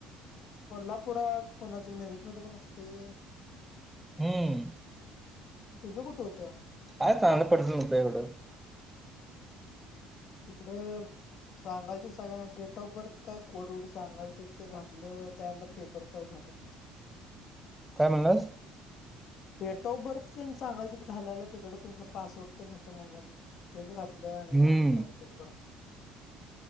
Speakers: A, on the left; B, in the centre.
A: कोल्हापुरात, कोणाचं मिरजमध्ये पण असतय.
B: हम्म.
A: तुझं कुठं होतं?
B: काय चांगलं पडलं तर हुतय एवडं.
A: तिकडंऽ सांगायच ते सगळ्यां, डेट ऑफ बर्थ काय कोड वड सांगालतीत ते ते घातलं, त्यानंतरऽ पेपर चालू झाला.
B: काय म्हणलास?
A: डेट ऑफ बर्थ तेन सांगालतीत घालायला, तिकडं तुमचं पासवर्ड ते होतं म्हणल्यावर. तेच घातलं आणि
B: हम्म
A: झालं चालू पेपर.